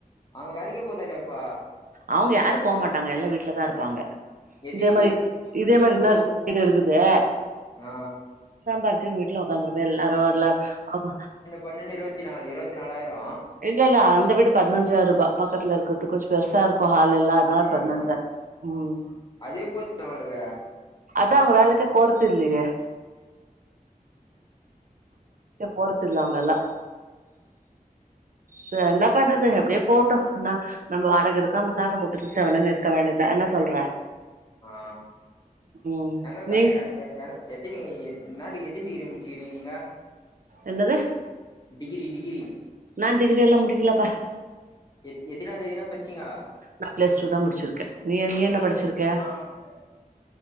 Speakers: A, on the left (about 25°); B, on the right (about 65°).
A: அவுங்க வேலக்கே போதல்லையா இப்ப
B: அவுங்க யாரு போ மாட்டாங்க எல்லா வீட்லதா இருப்பாங்க
A: எத்தினி
B: இதே மாரி
A: வீ
B: இதே மாரி
A: உங்க
B: இன்னொரு
A: ஊ
B: வீடு இருக்குதே
A: ஆ
B: சாம்பாச்சு வீட்டுல உக்காந்துருப்ப எல்லாரு வர்லா ஆமா
A: ஒன்னொன்னு இருவத்தி நாலு இருவத்தி நாலாயிரோ
B: இல்ல இல்ல அந்த வீடு பதினஞ்சாயிருபா பக்கத்துல இருக்கிறது கொஞ்சோ பெருசா இருக்கு ஹால்லெலா நா
A: அவ்ளோதா
B: பதினொன்பேரு ம்
A: அதே போது அவங்களுக்கு
B: அதா அவ்ங்க வேலைக்கே போறது இல்லேயே போறதில்ல அவுங்கெல்லா ச என்ன பண்றது எப்டியோ ப் போட்டோ என்னா நம்ம வாடக இருக்கம் நம்ம காச குத்துட்டு செவனேன்னு இருக்க வேண்டிதுதா என்ன சொல்ற
A: ஆ
B: ம்
A: எங்கக்கு
B: நீங்க
A: என் எத்தினி முன்னாடி எத்தனி டிகிரி முடிச்சுக்கிறீங்க நீங்க
B: என்னது
A: டிகிரி டிகிரி
B: நா டிகிரி எல்லா முடிக்கிலப்பா
A: எ எத்தனா வரையுந்தா பச்சீங்க
B: நா பிளஸ் டூ தா முட்ச்சிருக்கே நீ நீ என்ன படிச்சிருக்க
A: ஆமா